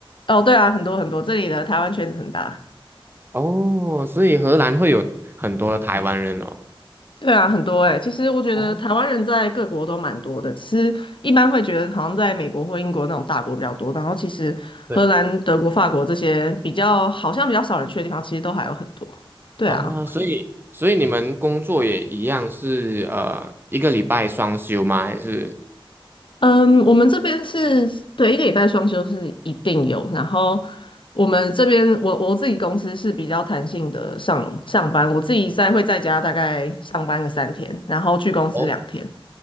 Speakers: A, on the left; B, on the right.
A: 哦，对啊，很多很多，这里的台湾圈子很大。
B: 哦，所以荷兰会有很多的台湾人哦。
A: 对啊，很多哎、其实我觉得台湾人在各国都蛮多的，
B: 哦，
A: 其是一般会觉得好像在美国或英国那种大国比较多，然后其实荷兰、
B: 对，
A: 德国、法国这些比较好像比较少人去的地方，其实都还有很多。对啊，
B: 啊，所以所以你们工作也一样是呃一个礼拜双休吗？还是？
A: 嗯，我们这边是对一个礼拜双休是一定有，然后我们这边我我自己公司是比较弹性的上上班，我自己在会在家大概上班个三天，然后去公司两天。
B: 哦